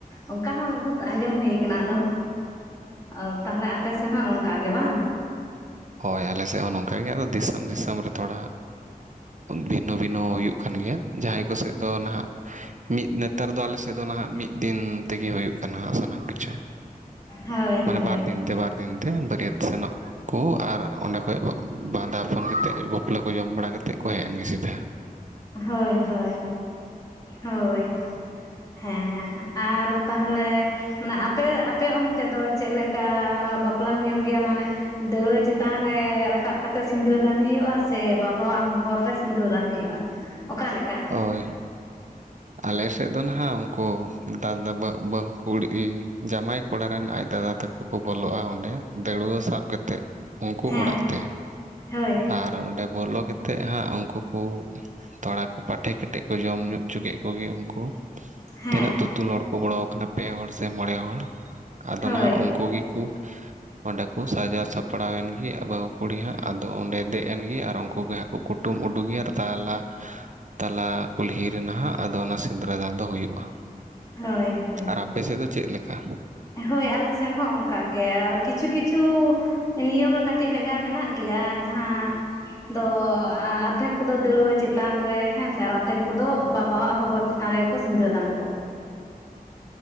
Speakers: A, on the left; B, on the right.
A: ᱚᱝᱠᱟ ᱦᱚᱸ ᱵᱩᱦᱩᱛ ᱛᱚ ᱟᱸᱡᱚᱢ ᱦᱩᱭ ᱠᱟᱱᱟ ᱟᱫᱚ, ᱚ ᱛᱟᱦᱞᱮ ᱟᱯᱮ ᱥᱮᱱ ᱦᱚᱸᱜ ᱱᱚᱝᱠᱟ ᱜᱮ ᱵᱟᱝ᱾
B: ᱦᱚᱭ ᱟᱞᱮ ᱥᱮᱜ ᱦᱚᱸ ᱱᱚᱝᱠᱟ ᱜᱮ ᱟᱫᱚ ᱫᱤᱥᱚᱢ ᱫᱤᱥᱚᱢ ᱨᱮ ᱛᱷᱚᱲᱟ ᱵᱷᱤᱱᱱᱚ ᱵᱷᱤᱱᱚ ᱦᱩᱭᱩᱜ ᱠᱷᱟᱱ ᱜᱮᱭᱟ, ᱡᱟᱦᱟᱸᱭ ᱠᱚᱥᱮᱫ ᱫᱚ ᱱᱟᱦᱟᱜ ᱢᱤᱫ ᱱᱮᱛᱟᱨ ᱫᱚ ᱟᱞᱮ ᱥᱮᱫ ᱫᱚ ᱱᱟᱦᱟᱜ ᱢᱤᱫ ᱫᱤᱱ ᱛᱮᱜᱮ ᱦᱩᱭᱩᱜ ᱠᱟᱱᱟ ᱦᱟᱸᱜ ᱥᱟᱱᱟᱢ ᱠᱤᱪᱷᱩ᱾
A: ᱦᱳᱭ ᱦᱳᱭ
B: ᱢᱟᱱᱮ ᱵᱟᱨ ᱫᱤᱱ ᱛᱮ ᱵᱟᱨ ᱫᱤᱱ ᱛᱮ ᱵᱟᱹᱨᱭᱟᱛ ᱥᱮᱱᱚᱜ ᱠᱚ ᱟᱨ ᱚᱸᱰᱮ ᱠᱷᱚᱡ ᱵᱟᱸᱫᱟᱯᱚᱱ ᱠᱟᱛᱮ ᱵᱟᱯᱞᱟᱹ ᱠᱚ ᱡᱚᱢ ᱵᱟᱲᱟ ᱠᱟᱛᱮ ᱠᱚ ᱦᱮᱡ ᱮᱱ ᱜᱮ ᱥᱤᱫᱷᱟᱹ᱾
A: ᱦᱳᱭ-ᱦᱳᱭ, ᱦᱳᱭ ᱦᱮᱸᱻ ᱟᱨ ᱛᱟᱦᱞᱮ ᱢᱟᱱᱮ ᱟᱯᱮ-ᱟᱯᱮ ᱚᱱᱛᱮ ᱫᱚ ᱪᱮᱫ ᱞᱮᱠᱟ ᱵᱟᱯᱞᱟ ᱦᱩᱭᱩᱜ ᱜᱮᱭᱟ ᱢᱟᱱᱮ ᱫᱟᱹᱣᱲᱟᱹ ᱪᱮᱛᱟᱱ ᱨᱮ ᱨᱟᱠᱟᱵ ᱠᱟᱛᱮᱜ ᱥᱤᱱᱫᱨᱟᱹᱫᱟᱱ ᱦᱳᱭᱳᱜᱼᱟ ᱥᱮ ᱵᱟᱵᱟᱣᱟᱜ ᱦᱚᱵᱚᱨ ᱨᱮ ᱥᱤᱱᱫᱨᱟᱹᱫᱟᱱ ᱦᱳᱭᱳᱜᱼᱟ᱾ ᱚᱠᱟ ᱞᱮᱠᱟ?
B: ᱦᱳᱭ ᱟᱞᱮ ᱥᱮᱫ ᱫᱚ ᱱᱟᱦᱟᱜ ᱩᱱᱠᱩ ᱫᱟᱫᱟ ᱵᱟᱹᱦᱩ ᱠᱩᱲᱤ ᱡᱟᱢᱟᱭ ᱠᱚᱲᱟ ᱨᱮᱱ ᱟᱡ ᱫᱟᱫᱟ ᱛᱟᱠᱚ ᱠᱚ ᱵᱚᱞᱚᱜᱼᱟ ᱚᱸᱰᱮ ᱫᱟᱹᱲᱩᱣᱟᱹ ᱥᱟᱵ ᱠᱟᱛᱮᱫ ᱩᱱᱠᱩ
A: ᱦᱮᱸ
B: ᱚᱲᱟᱜ ᱛᱮ
A: ᱦᱳᱭ
B: ᱟᱨ ᱚᱰᱮ ᱵᱚᱞᱚ ᱠᱟᱛᱮᱫ ᱛᱮᱫ ᱦᱟᱸᱜ ᱩᱱᱠᱩ ᱠᱚ ᱛᱚᱲᱟ ᱠᱚ ᱯᱟᱴᱮ ᱠᱟᱮᱴᱮᱫ ᱠᱚ ᱡᱚᱢ ᱧᱚᱜ ᱦᱚᱪᱚ ᱠᱮᱫ ᱠᱚ ᱜᱮ ᱩᱱᱠᱩ
A: ᱦᱮᱸ
B: ᱛᱤᱱᱟᱹᱜ ᱛᱩ-ᱛᱩᱞ ᱦᱚᱲ ᱠᱚ ᱵᱚᱞᱚ ᱠᱟᱱᱟ ᱯᱮ ᱦᱚᱲ ᱥᱮ ᱢᱚᱬᱮ ᱦᱚᱲ ᱟᱫᱚ
A: ᱦᱳᱭ
B: ᱱᱟᱦᱟᱜ ᱩᱱᱠᱩ ᱜᱮᱠᱚ ᱚᱸᱰᱮ ᱠᱚ ᱥᱟᱡᱟᱣ ᱥᱟᱯᱲᱟᱣ ᱮᱱ ᱵᱟᱹᱦᱩ ᱠᱩᱲᱤ ᱦᱟᱸᱜ ᱟᱫᱚ ᱚᱸᱰᱮ ᱫᱮᱡ ᱮᱱ ᱜᱮ ᱟᱨ ᱩᱱᱠᱩ ᱜᱮ ᱦᱟᱸᱜ ᱠᱚ ᱠᱩᱴᱩᱢ ᱩᱰᱩᱠᱮᱭᱟ ᱟᱨ ᱛᱟᱦᱞᱮ ᱛᱟᱞᱟ ᱠᱩᱞᱦᱤ ᱨᱮᱱᱟᱦᱟᱜ ᱟᱫᱚ ᱚᱱᱟ ᱥᱤᱸᱫᱽᱨᱟᱹ ᱫᱟᱱ ᱫᱚ ᱦᱩᱭᱩᱜᱼᱟ᱾
A: ᱦᱳᱭ-ᱦᱳᱭ
B: ᱟᱨ ᱟᱯᱮ ᱥᱮᱫ ᱫᱚ ᱪᱮᱫ ᱞᱮᱠᱟ?
A: ᱦᱳᱭ ᱟᱞᱮ ᱥᱮᱱ ᱦᱚᱸ ᱚᱱᱠᱟ ᱜᱮ ᱟᱨ ᱠᱤᱪᱷᱩ-ᱠᱤᱪᱷᱩ ᱱᱤᱭᱚᱢ ᱢᱟ ᱠᱟᱹᱴᱤᱡ ᱵᱷᱮᱜᱟᱨ ᱢᱮᱱᱟᱜ ᱜᱮᱭᱟ ᱡᱟᱦᱟᱸ ᱫᱚ ᱟᱫᱷᱮᱠ ᱠᱚᱫᱚ ᱫᱟᱹᱲᱣᱟᱹ ᱪᱮᱛᱟᱱ ᱨᱮ ᱦᱮᱸ ᱥᱮ ᱟᱨ ᱟᱫᱷᱮᱠ ᱠᱚᱫᱚ ᱵᱟᱵᱟᱣᱟᱜ ᱦᱚᱵᱚᱨ ᱪᱮᱛᱟᱱ ᱪᱮᱛᱟᱱ ᱨᱮᱜ ᱠᱚ ᱥᱤᱸᱫᱽᱨᱟᱹ ᱫᱟᱱ ᱠᱚᱣᱟ᱾